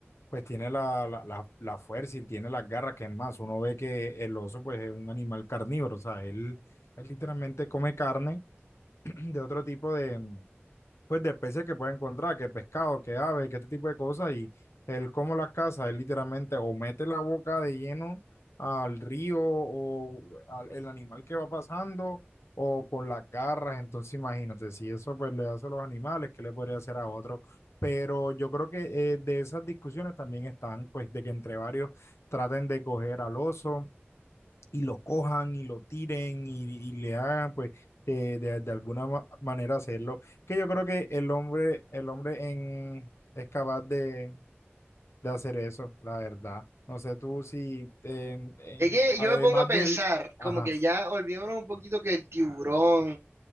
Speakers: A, on the left; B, on the right.
A: pues tiene la, la, la, la fuerza y tiene las garras, que es más, uno ve que el oso pues es un animal carnívoro, o sea, él, él literalmente come carne <clears throat> de otro tipo de, pues de especies que puede encontrar, que pescado, que ave, que este tipo de cosas, y él como las caza, él literalmente o mete la boca de lleno al río o al el animal que va pasando o con las garras, entonces imagínate, si eso pues le hace a los animales, ¿qué le podría hacer a otro? Pero yo creo que eh, de esas discusiones también están, pues, de que entre varios traten de coger al oso y lo cojan y lo tiren y, y le hagan, pues, eh, de, de alguna ma- manera hacerlo. Que yo creo que el hombre, el hombre en, es capaz de, de hacer eso, la verdad. No sé tú si, en- en-
B: Es que
A: además
B: yo me pongo a pensar,
A: del, ajá,
B: como que ya olvidémonos un poquito que el tiburón,